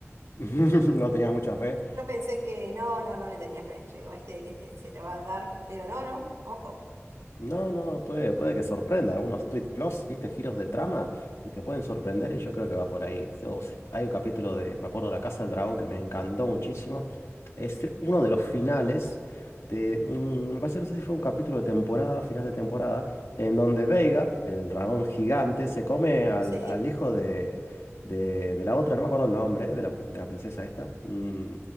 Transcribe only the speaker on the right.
Yo pensé que no, no, no le tenía fe. Yo Digo, este, este se lo va a dar, pero no, no, ojo.
Sí.